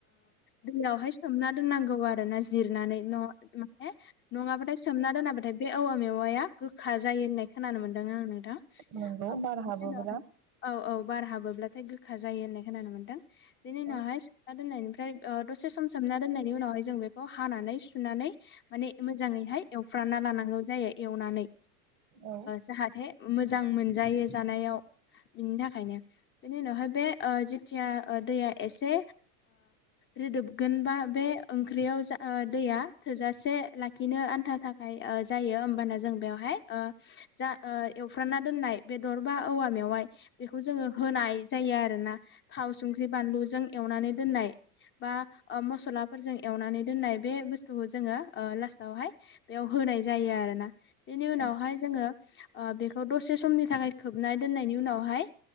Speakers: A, on the left (about 25°); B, on the right (about 60°).
A: दैयाव सना दनांगौ आरो ज जिरनानै माने नङाबाथाय सोमना दोनाबाथाय। ओमफाय बे औवा मेवाया गोखा जायो होननाय खोनानो मोनदों आङो।
B: नंगौ बार
A: <unintelligible>
B: हाबोब्ला
A: औ औ बार हाबोब्लाथाय गोखा जायो होननाय खोनानो मोनदों। बेनि उनावहाय
B: औ
A: सोमना दोननायनिफ्राय दसे सम सोमना दोननायनि उनावहाय जों बे खौ हानानै सुनानै माने मोजाङैहाय एवफ्रामना लानांगौ जायो एवनानै
B: औ
A: जाहाथे मोजां मोनजायो जानायाव बिनि थाखायनो बेनि उनावहाय बे जिथिया दैया एसे रोदोबगोन बा बे ओंख्रियाव जा दैया थोजासे लाखिनो आन्था थाखाय जायो होमबाना जों बेयावहाय जा एवफ्रामना दोननाय बेदर बा औवा मेवाइ बेखौ जोङो होनाय जायो आरोना थाव संख्रि बानलुजों एवनानै दोननाय बा मसलाफोरजों एवनानै दोननाय बे बुस्थुखौ जोङो लास्टावहाय बेयाव होनाय जायो आरोना बेनि उनावहाय
B: औ
A: जोङो बेखौ दसे समनि थाखाय खोबना दोननायनि उनावहाय